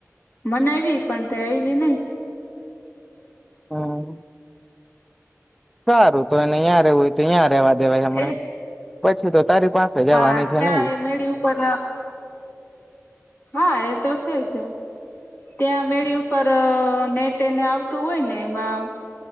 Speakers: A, on the left; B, in the centre.
A: મનાવીવી પણ તે આવીવી નઈ.
B: હા સારું તો એને અહીંયા રેવુ હોય તો અહીંયા. રેવા દેવાય હમણાં.
A: એ
B: પછી તો તારી પાસે જવાની
A: હા
B: છે
A: ત્યાં
B: નઈ
A: એ મેળી ઉપર હા એ તો છે જ ત્યાં મેળી ઉપર નેટ એને આવતું હોય ને એમાં